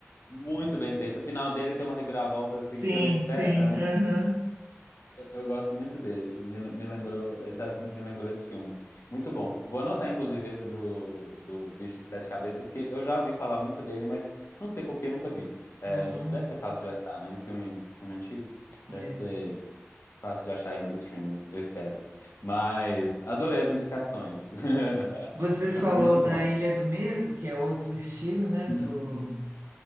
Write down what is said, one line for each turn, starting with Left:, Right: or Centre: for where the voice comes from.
Left: Muito bem feito. O final dele tem uma reviravolta assim
Right: Sim,
Left: que você não espera,
Right: sim,
Left: né?
Right: aham.
Left: Eu gosto muito desse. Me, me lembrou, esse assunto me lembrou esse filme. Muito bom. Vou anotar, inclusive, esse do, do Bicho de Sete Cabeças, que eu já ouvi falar muito dele, mas não sei por que nunca vi. É,
Right: Uhum.
Left: deve ser fácil de achar, né? Um filme, filme antigo.
Right: É.
Left: Deve ser fácil de achar aí nos streamings, eu espero. Mas adorei as indicações. <laughs>
Right: Você falou
Left: Muito bom.
Right: da Ilha do Medo, que é outro estilo, né,
Left: Uhum.
Right: do,